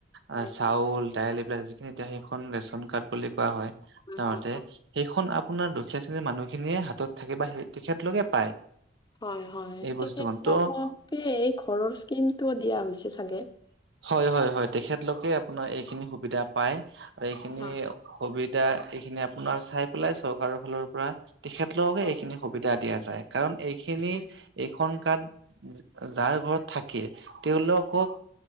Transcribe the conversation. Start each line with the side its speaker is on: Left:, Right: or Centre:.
Left: হয়
Right: অ চাউল
Left: হয় হয়
Right: দাইল এইবিলাক যিখিনি এতিয়া সেইখন ৰেচন কাৰ্ড বুলি কোৱা হয় সাধাৰতে
Left: হয় হয়
Right: সেইখন আপোনাৰ দু- দুখীয়া শ্ৰেণীৰ মানুহখিনিয়ে হাতত থাকি বা সেই তেখেতলোকে পায়।
Left: হয় হয়
Right: এই বস্তুখন
Left: তেখতলোকে
Right: ত'
Left: এই ঘৰৰ স্কিমটো দিয়া হৈছে চাগে।
Right: হয় হয় হয় তেখেতলোকে আপোনাৰ এইখিনি সুবিধা পায় আৰু এইখিনি
Left: হয়
Right: সুবিধ- এতিয়া এইখিনি আপোনাৰ চাই পেলাই চৰকাৰৰ ফালৰ পৰা তেখেতলোককে
Left: হয়
Right: এইখিনি সুবিধা দিয়া যায় কাৰণ এইখিনি
Left: হয়।
Right: এইখন কাৰ্ড যাৰ ঘৰত থাকে তেওঁলোকক